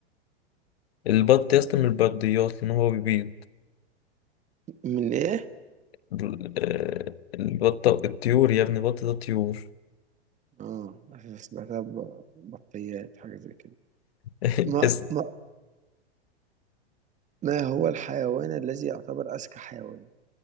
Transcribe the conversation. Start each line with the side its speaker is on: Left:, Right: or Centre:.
Left: البط يا اسطى من البرديات لان هو بيبيض
Right: من ايه
Left: ال- آه، البطة الطيور يا ابني البط ده طيور
Right: اه سمعتها ب- بطيات حاجة زي كده
Left: <laughs>
Right: ما
Left: الس-
Right: ما ما هو الحيوان الذي يعتبر أذكى حيوان